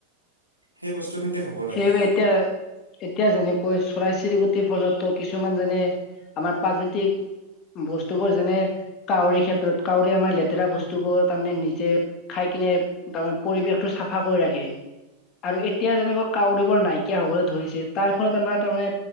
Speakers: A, on the left; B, on the left.
A: সেই বস্তুখিনি হ'ব। লাগে
B: সেয়াবে এতিয়া এতিয়া যেনেকৈ চৰাই চিৰিকটিৰ ফলতো কিছুমান যেনে আমাৰ প্ৰাকৃতিক বস্তুবোৰ যেনে কাউৰী ক্ষেত্ৰত কাউৰী আমাৰ লেতেৰা বস্তু বসুবোৰ তাৰমানে নিজে খাই কিনে তাৰমানে পৰিৱেশতটো চাফা কৰি ৰাখে। আৰু এতিয়া যেনেকৈ কাউৰীবোৰ নাইকিয়া হবলৈ ধৰিছে তাৰ ফলত আমাৰ তাৰমানে